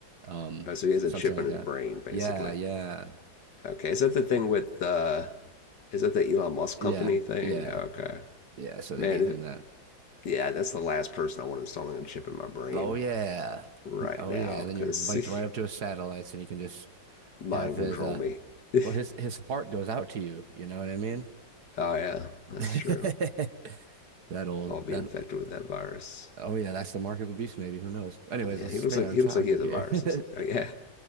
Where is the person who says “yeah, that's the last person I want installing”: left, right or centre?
Left